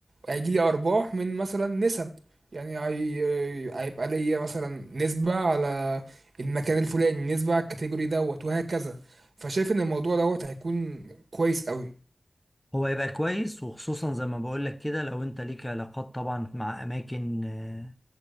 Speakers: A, on the right (about 70°); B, in the centre.
A: هيجي لي ارباح من مثلا نسب يعني هي... هيبقى ليا مثلا نسبه على المكان الفلاني نسبة على الكاتيجوري دوت وهكذا فشايف ان الموضوع دوت هيكون كويس قوي
B: هو يبقى كويس وخصوصا زي ما بقول لك كده لو انت ليك علاقات طبعا مع اماكن آه،